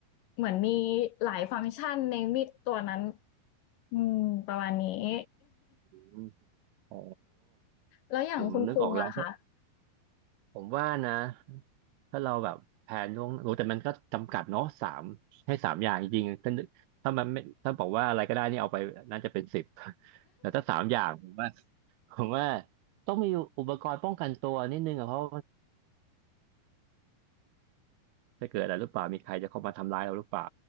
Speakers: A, on the left (about 75°); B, on the right (about 80°).
A: เหมือนมีหลายฟังก์ชันในมีดตัวนั้นอืมประมาณนี้
B: อืมโอ้
A: <laughs> แล้วอย่างคุณคุงอะคะ
B: ผมนึกออกแล้วผมว่านะถ้าเราแบบแผนล่วงโอ้แต่มันก็จำกัดเนาะสามให้สามอย่างจริงๆถ้านึกถ้ามันไม่ถ้าบอกว่าอะไรก็ได้นี่เอาไปน่าจะเป็นสิบแต่ถ้าสามอย่างผมว่า ผมว่าต้องมีอุปกรณ์ป้องกันตัวนิดนึงอะเพราะ จะเกิดอะไรหรือเปล่ามีใครจะเข้ามาทำร้ายเราหรือเปล่า